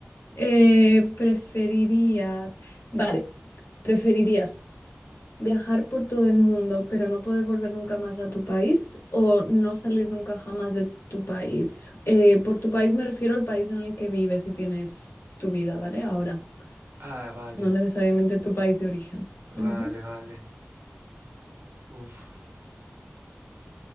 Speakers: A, on the left; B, on the right.
A: Eh, preferirías, vale, preferirías viajar por todo el mundo, pero no poder volver nunca más a tu país o no salir nunca jamás de tu país. Eh, por tu país me refiero al país en el que vives y tienes tu vida, ¿vale? Ahora,
B: Ah, vale.
A: no necesariamente tu país de origen.
B: Vale,
A: Ujú.
B: vale. Uf,